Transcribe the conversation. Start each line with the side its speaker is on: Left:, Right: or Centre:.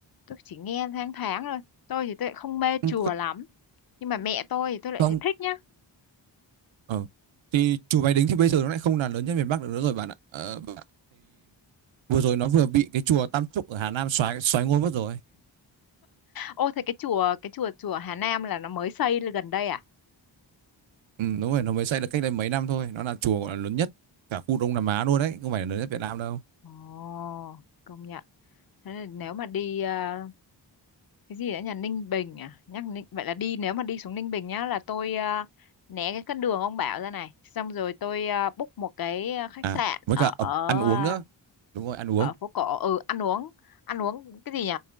Left: Tôi chỉ nghe thoáng thoáng thôi. Tôi thì tôi lại không mê chùa
Right: Ừ,
Left: lắm. Nhưng mà mẹ tôi thì tôi lại
Right: Không,
Left: thấy thích nhá.
Right: ờ. Thì chùa Bái Đính thì bây giờ nó lại không là lớn nhất miền Bắc được nữa rồi bạn ạ. Ờ, bạn- vừa rồi nó vừa bị cái chùa Tam Trúc ở Hà Nam xoáy xoáy ngôi mất rồi.
Left: Ô thế cái chùa cái chùa chùa Hà Nam là nó mới xây lên gần đây à?
Right: Ừ, đúng rồi, nó mới xây được cách đây mấy năm thôi. Nó là chùa gọi là lớn nhất cả khu Đông Nam Á luôn đấy, không phải là lớn nhất Việt Nam đâu.
Left: Ồ, công nhận. Thế là nếu mà đi ờ, cái gì đã nhà Ninh Bình à nhắc Ninh vậy là đi nếu mà đi xuống Ninh Bình nhá là tôi ờ, né cái con đường ông bảo ra này xong rồi tôi ờ, book một cái ờ, khách
Right: À,
Left: sạn
Right: với
Left: ở
Right: cả ẩm
Left: ở,
Right: ăn uống nữa. Đúng rồi, ăn uống
Left: ở phố cổ ừ ăn uống ăn uống cái gì nhỉ